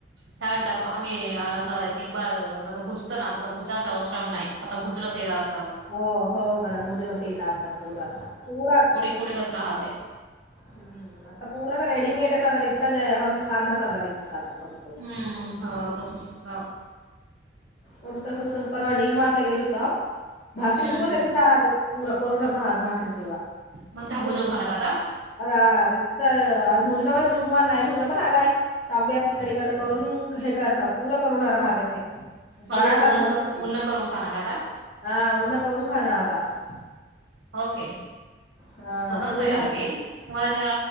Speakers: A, on the right; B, on the left.
A: त्या डब आम्ही असं ते बारं भुज तस भुजाचे औषण नाही आता भुज रस येतात. <unintelligible>
B: हो हो का मुजुरास येतातना पूरातता परात. <unintelligible>
A: पुढ कस राहते.
B: हम्म आता पुूरा तर रेडीमेड आहे साधार इच्ता आम्ही खाण्या साधार इ् आता कोणतही. <unintelligible>
A: हम्म हो तस सुद्धा <unintelligible>
B: कोणत सगत परवा डी मार्ट ला गेलो होत भाकरी
A: हम्म
B: सगत तिथं आहात. पूरा करुना सहा आ माक्रसग. <unintelligible>
A: म्हणता भोजून खाना खाता?
B: अ भुजना पण जुगमान नाही भुजना पण आगाय. <unintelligible> ताब्यार तिकडकड करून हे करणार पूरा करणार हहातथे. <unintelligible>
A: मला
B: पराठा
A: देत उन्हा
B: म्हणतात की
A: उन्हा करून खाणं का आता
B: हा उन्न करून खाण आता. <unintelligible>
A: ओके
B: हा
A: सहनचयलागी?.
B: पुरं भात
A: <unintelligible> तुम्हाला त्या